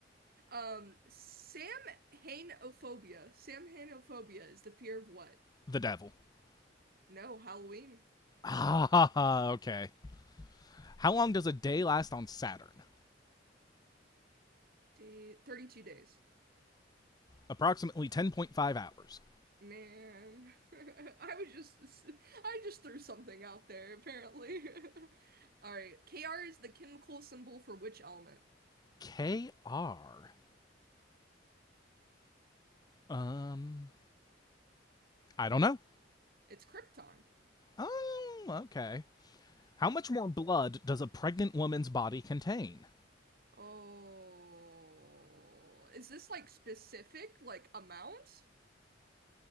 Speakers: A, on the right; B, on the left.
A: Um, Samhainophobia. Samhainophobia is the fear of what?
B: The devil. <laughs>
A: No, Halloween.
B: Ah, okay. How long does a day last on Saturn?
A: Day 32 days.
B: Approximately 10.5 hours.
A: Man, <laughs> I was just I just threw something out there apparently. <laughs> All right. Kr is the chemical symbol for which element?
B: KR. Um, I don't know.
A: It's krypton.
B: Oh, okay. How much more blood does a pregnant woman's body contain?
A: Oh, is this like specific like amount